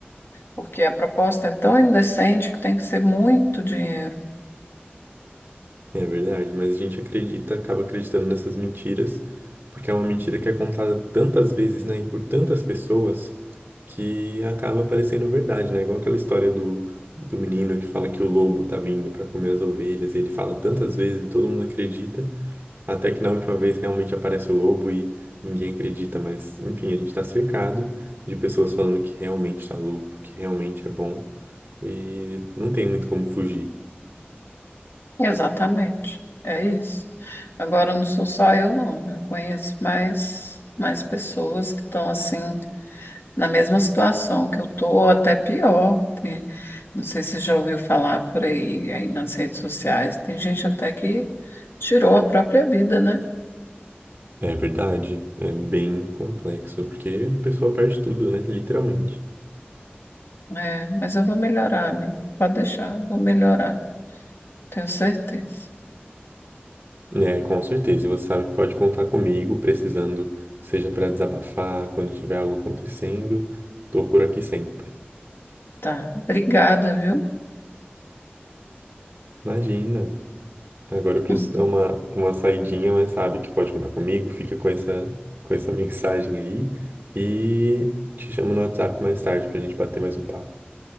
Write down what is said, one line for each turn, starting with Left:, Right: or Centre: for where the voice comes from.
Left: porque a proposta é tão indecente que tem que ser muito dinheiro.
Right: É verdade, mas a gente acredita, acaba acreditando nessas mentiras, porque é uma mentira que é contada tantas vezes, né, e por tantas pessoas, que acaba parecendo verdade, né? Igual aquela história do, do menino que fala que o lobo tá vindo pra comer as ovelhas, e ele fala tantas vezes e todo mundo acredita, até que na última vez realmente aparece o lobo e ninguém acredita, mas enfim, a gente tá cercado de pessoas falando que realmente tá lucro, que realmente é bom, e não tem muito como fugir.
Left: Exatamente, é isso. Agora não sou só eu, não. Eu conheço mais, mais pessoas que estão assim na mesma situação que eu tô, até pior. Tem- não sei se você já ouviu falar por aí, aí nas redes sociais. Tem gente até que tirou a própria vida, né?
Right: É verdade, é bem complexo, porque a pessoa perde tudo, né? Literalmente.
Left: É, mas eu vou melhorar, amigo. Pode deixar, vou melhorar. Tenho certeza.
Right: É, com certeza, e você sabe que pode contar comigo, precisando, seja para desabafar, quando tiver algo acontecendo, tô por aqui sempre.
Left: Tá. Obrigada, viu?
Right: Imagina, agora eu preciso
Left: Hum,
Right: dar uma, uma saidinha, mas sabe que pode contar comigo, fica com essa, com essa <laughs> mensagem aí, e te chamo no WhatsApp mais tarde pra gente bater mais um papo.